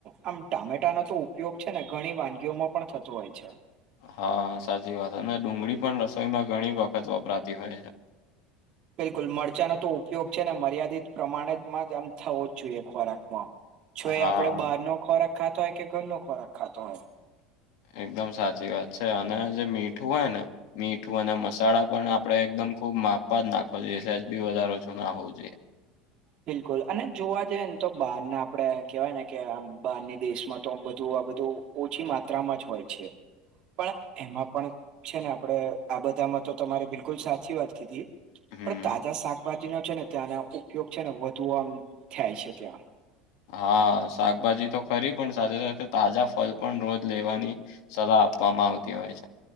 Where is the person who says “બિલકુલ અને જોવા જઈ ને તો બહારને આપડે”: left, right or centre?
Right